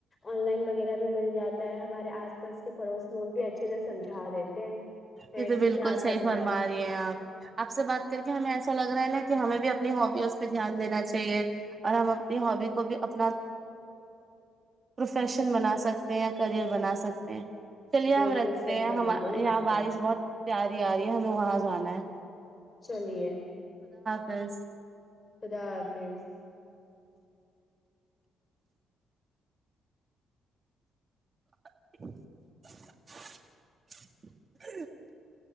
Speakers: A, on the left; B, on the right.
A: آن لائن وغیرہ بھی مل جاتی ہوتا ہے ہمارے آس پاس کے پڑوس لوگ بھی اچھے سے سمجا دیتے ہیں ہے
B: یہ تو
A: کہ
B: بالکل
A: کیا
B: صحیح
A: کرنا
B: فرما
A: ہے
B: رہی ہیں آپ آپ سے بات کر کے ہمیں ایسا لگ رہا ہے نا کہ ہمیں بھی اپنی ہبی اس پہ دھیان دینا چاہیے اور ہم اپنی ہابی کو بھی اپنا پروفیشن بنا سکتے ہیں یا کریئر بنا سکتے ہیں چلیے ہم
A: بالکل
B: رکھتے
A: صحیح
B: ہیں
A: فرما
B: ہم
A: رہی ہیں
B: یہاں
A: آپ
B: بارش بہت تیاری آ رہی ہے ہمیں وہاں جانا ہے
A: چلیے
B: فس <unintelligible>
A: خدا حافظ
B: ہ <unintelligible>